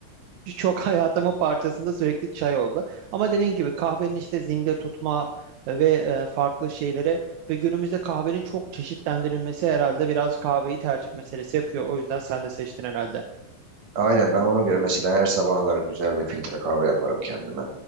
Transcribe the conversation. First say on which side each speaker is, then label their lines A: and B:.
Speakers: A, on the right; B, on the right.
A: birçok <laughs> hayatımın parçasında sürekli çay oldu. Ama dediğim gibi kahvenin işte zinde tutma e, ve e, farklı şeylere ve günümüzde kahvenin çok çeşitlendirilmesi herhalde biraz kahveyi tercih meselesi yapıyor. O yüzden sen de seçtin herhalde.
B: Aynen ben ona göre mesela her sabahları güzel bir filtre kahve yaparım kendime.